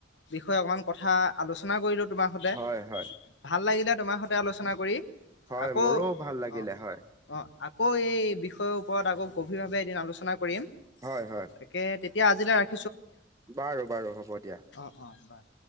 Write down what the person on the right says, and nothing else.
হয় হয়
হয়
মোৰো ভাল লাগিলে
হয়।
হয় হয়
বাৰু বাৰু হ'ব দিয়া।